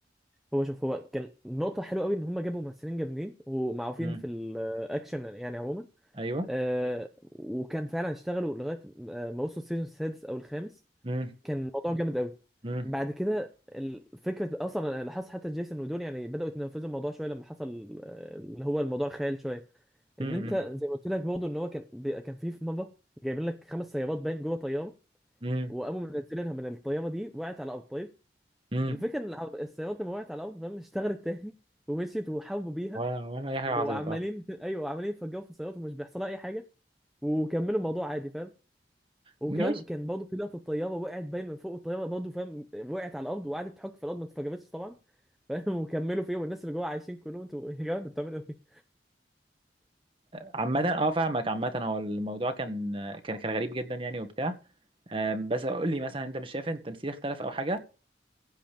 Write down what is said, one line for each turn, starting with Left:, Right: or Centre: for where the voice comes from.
Centre: هو شوف هو كان نقطة حلوة قوي إن هما جابوا ممثلين جامدين ومعروفين
Right: مم.
Centre: في الأكشن يعني عموما
Right: ايوه
Centre: آه، وكان فعلا اشتغلوا لغاية آه، ما وصلوا السيزون السادس أو الخامس
Right: مم.
Centre: كان الموضوع جامد قوي
Right: مم.
Centre: بعد كده ال- فكره اصلا انا لاحظت حتى جيسون ودول يعني بداوا يتنفذوا الموضوع شويه لما حصل آه، اللي هو الموضوع الخيال شويه
Right: مم.
Centre: ان انت زي ما قلت لك برضه ان هو كان بي... كان في في مره جايبين لك خمس سيارات باين جوه طياره
Right: مم.
Centre: وقاموا منزلينها من الطياره دي وقعت على الارض طيب
Right: مم.
Centre: الفكره ان الع- السيارات لما وقعت على الارض فاهم اشتغلت تاني <laughs> ومشيت وحاربوا بيها
Right: ولا ولا اي حاجة
Centre: وعمالين
Right: حصلت اه
Centre: <laughs> ايوه عمالين يفجروا في السيارات ومش بيحصلها اي حاجه وكملوا الموضوع عادي فاهم وكمان
Right: ماشي
Centre: كان برضه في لقطه الطياره وقعت باين من فوق الطياره برضه فاهم وقعت على الارض وقعدت تحك في الارض ما اتفجرتش طبعا فاهم <laughs> وكملوا فيه والناس اللي جوه عايشين كلهم انتوا يا جماعه انتوا بتعملوا ايه؟
Right: عامة اه فاهمك عامة هو الموضوع كان كان كان غريب جدا يعني وبتاع آم، بس قول لي مثلا انت مش شايف ان التمثيل اختلف او حاجة؟